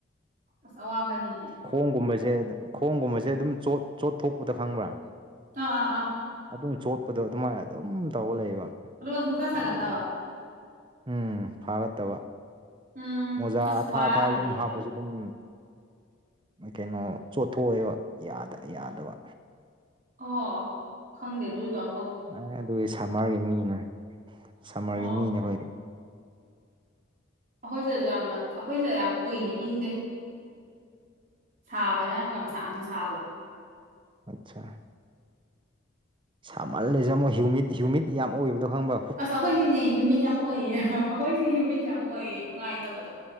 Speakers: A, on the right; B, on the right.
A: ꯑꯁ ꯑꯋꯥꯕꯅꯤꯅꯦ
B: ꯈꯣꯡꯒꯨꯝꯕꯁꯦ ꯈꯣꯡꯒꯨꯝꯕꯁꯦ ꯑꯗꯨꯝ ꯆꯣꯠ ꯆꯣꯠ ꯊꯣꯛꯄꯗ ꯈꯪꯕ꯭ꯔꯥ
A: ꯑ ꯑꯥ ꯑꯥ
B: ꯑꯗꯨꯝ ꯆꯣꯠꯄꯗꯣ ꯑꯗꯨꯃꯥꯏꯅ ꯑꯗꯨꯝ ꯇꯧꯔ ꯂꯩꯕ
A: ꯑꯗꯨꯒ ꯁꯨꯡꯁꯥ ꯁꯥꯒꯠꯇꯕ
B: ꯑꯗꯨꯒꯤ ꯎꯝ ꯐꯥꯒꯠꯇꯕ
A: ꯎꯝ
B: ꯃꯣꯖꯥ
A: ꯑꯁ
B: ꯑꯊꯥ
A: ꯋꯥꯔꯝꯒꯅꯤꯅꯦ
B: ꯑꯊꯥꯕ ꯑꯗꯨꯝ ꯍꯥꯞꯄꯁꯨ
A: ꯑꯗꯣ
B: ꯑꯗꯨꯝ ꯀꯩꯅꯣ ꯆꯣꯠꯊꯣꯛꯑꯦꯕ ꯌꯥꯗꯕ
A: ꯑꯣ ꯈꯪꯗꯦ ꯑꯗꯨꯗꯤ ꯗꯝꯐꯧ
B: ꯑꯦ ꯑꯗꯨꯒꯤ ꯁꯝꯃꯔꯒꯤ ꯃꯤꯅꯦ ꯁꯝꯃꯔꯒꯤ
A: ꯑꯣ
B: ꯃꯤꯅꯦꯈꯣꯏꯗꯤ
A: ꯑꯩꯈꯣꯏꯁꯤꯗꯖꯨ ꯌꯥꯝꯅ ꯑꯩꯈꯣꯏꯁꯤꯗ ꯌꯥꯝ ꯀꯨꯏꯅ ꯏꯪꯗꯦ ꯁꯥꯕꯅ ꯌꯥꯝ ꯒꯝ ꯁꯥꯡꯅ ꯁꯥꯕ
B: ꯑꯆꯥ ꯁꯥꯃꯜꯂꯦꯖꯦ ꯃꯣꯏ ꯍ꯭ꯌꯨꯃꯤꯠ ꯍ꯭ꯌꯨꯃꯤꯠ ꯌꯥꯝ ꯑꯣꯏꯕꯗꯣ ꯈꯪꯕ꯭ꯔꯣ
A: ꯑꯁ ꯑꯩꯈꯣꯏꯁꯤꯅꯦ ꯍ꯭ꯨꯃꯤꯠ ꯌꯥꯝ ꯑꯣꯏꯌꯦ ꯑꯩꯈꯣꯏꯁꯤ ꯍꯤꯨꯃꯤꯠ ꯌꯥꯝ ꯑꯣꯏꯌꯦ ꯅꯨꯡꯉꯥꯏꯇꯕꯗꯣ